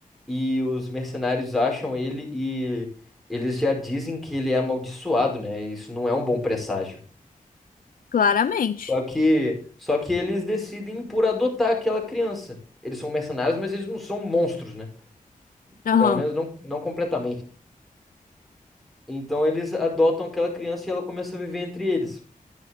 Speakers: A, in the centre; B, on the left (about 70°).
A: e os mercenários acham ele e eles já dizem que ele é amaldiçoado, né? Isso não é um bom presságio.
B: <laughs> Claramente.
A: Só que, só que eles decidem por adotar aquela criança. Eles são mercenários, mas eles não são monstros, né?
B: Aham,
A: Pelo menos não, não completamente. Então eles adotam aquela criança e ela começa a viver entre eles.